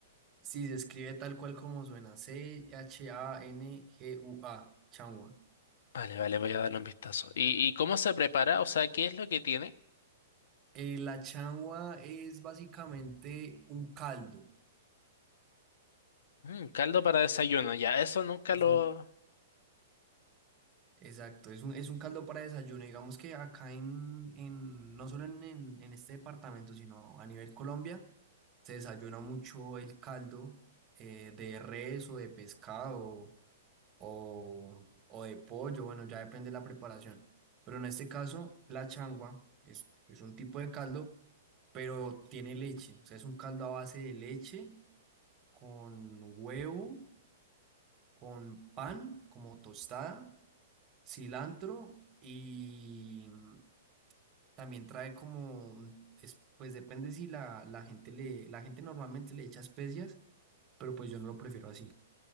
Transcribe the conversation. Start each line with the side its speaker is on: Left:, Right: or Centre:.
Right: Sí, se escribe tal cual como suena, C-H-A-N-G-U-A, changua.
Left: Vale, vale, voy a darle un vistazo. ¿Y, y cómo se prepara? O sea, ¿qué es lo que tiene?
Right: Eh, la changua es básicamente un caldo.
Left: Mm, caldo para desayuno, ya, eso nunca
Right: Es
Left: lo...
Right: un, exacto, es un, es un caldo para desayuno. Digamos que acá en, en no solo en, en, en este departamento, sino a nivel Colombia, se desayuna mucho el caldo eh, de res o de pescado o, o de pollo. Bueno, ya depende de la preparación. Pero en este caso, la changua es, es un tipo de caldo, pero tiene leche. O sea, es un caldo a base de leche con huevo, con pan como tostada, cilantro y mm, también trae como, mm, es- pues depende si la, la gente le, la gente normalmente le echa especias, pero pues yo no lo prefiero así,